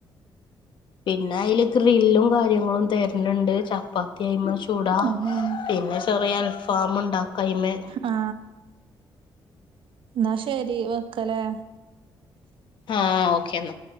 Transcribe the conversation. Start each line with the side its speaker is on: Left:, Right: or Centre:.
Left: പിന്നെ ആയില് ഗ്രില്ലും കാര്യങ്ങളും തര്ൻണ്ട് ചപ്പാത്തിഅയ്മേ ചൂടാ
Right: ആഹ്
Left: പിന്നെ ചെറിയ അൽഫാം ഉണ്ടാക്കയിമേ
Right: ആ എന്നാ ശെരി വെക്കലേ
Left: ആ ഓക്കെ എന്നാ